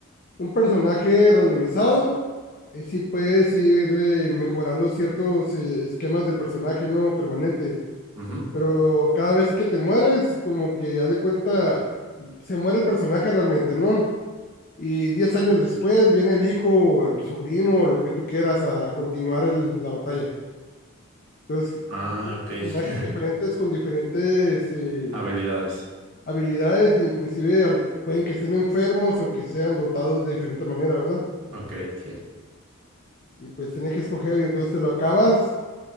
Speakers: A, on the left; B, on the right.
A: un personaje randomizado. eh, sí puedes ir eh, mejorando ciertos eh, esquemas del personaje, ¿no? Permanente
B: Ujú.
A: pero cada vez que te mueres, como que haz de cuenta, se muere el personaje realmente, ¿no? Y 10 años después viene el hijo, o el sobrino, o lo que tú quieras a continuar el- la batalla. Entonces,
B: Ah,
A: tienes
B: ok.
A: personajes
B: <laughs>
A: diferentes con diferentes eh,
B: Habilidades,
A: habilidades, inclusive al- pueden que estén enfermos o que sean dotados de diferente manera, ¿verdad?
B: ok, sí.
A: Y pues tienes que escoger y entonces te lo acabas.